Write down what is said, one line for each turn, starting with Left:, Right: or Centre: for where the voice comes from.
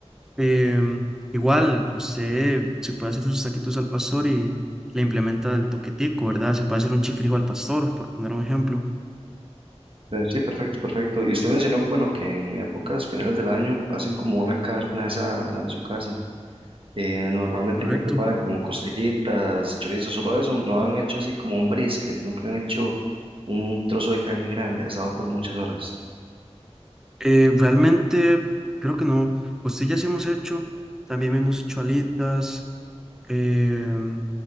Centre: Em, igual, usted se puede hacer sus taquitos al pastor y le implementa el toquetico, ¿verdad? Se puede hacer un chifrijo al pastor, por poner un ejemplo.
Right: Pero sí, perfecto, perfecto. Y usted mencionó, bueno, que en épocas finales del año hacen como una carne asada, ¿verdad? En su casa. Eh, normalmente
Centre: Correcto.
Right: que preparan como costillitas, chorizos, solo eso. No han hecho así como un brisket, nunca han hecho un trozo de carne grande asado por muchas horas.
Centre: Eh, realmente, creo que no. Costillas sí hemos hecho, también hemos hecho alitas. em,